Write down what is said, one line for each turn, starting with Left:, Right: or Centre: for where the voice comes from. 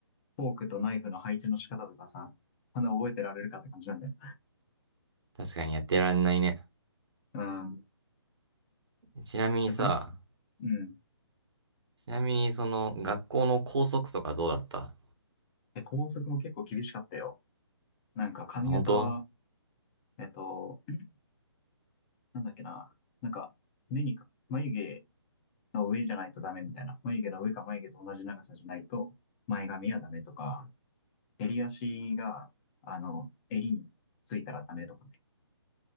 Left: ォークとナイフの配置の仕方とかさ、そんな覚えてられるかって感じなんだよ。
Right: 確かにやってられないね。
Left: うん。
Right: ちなみにさ、
Left: 文、うん。
Right: ちなみにその学校の校則とかどうだった
Left: で、校則も結構厳しかったよ。なんか髪型は、
Right: 本当
Left: えっと、なんだっけな。なんか、目にか、眉毛の上じゃないとダメみたいな。眉毛の上か眉毛と同じ長さじゃないと、前髪はダメとか、襟足が、あの、襟についたらダメとかね。